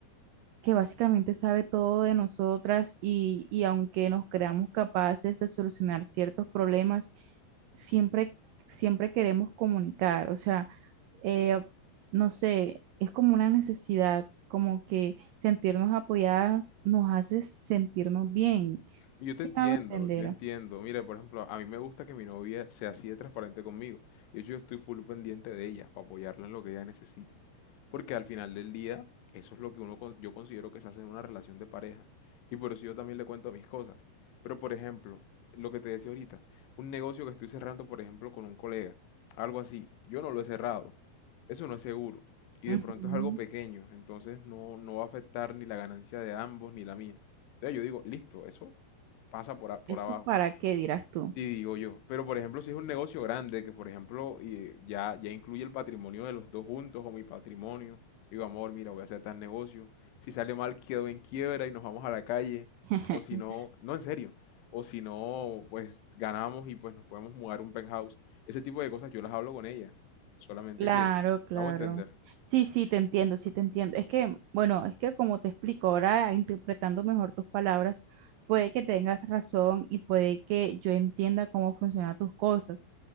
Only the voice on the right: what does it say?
que básicamente sabe todo de nosotras y, y aunque nos creamos capaces de solucionar ciertos problemas, siempre, siempre queremos comunicar, o sea, eh, no sé, es como una necesidad, como que sentirnos apoyadas nos hace sentirnos bien,
si
me hago entender.
Ujú.
¿Eso
para qué dirás tú?
<laughs>
Claro,
claro.
Sí, sí, te entiendo, sí, te entiendo. Es que, bueno, es que como te explico ahora, interpretando mejor tus palabras, puede que tengas razón y puede que yo entienda cómo funcionan tus cosas,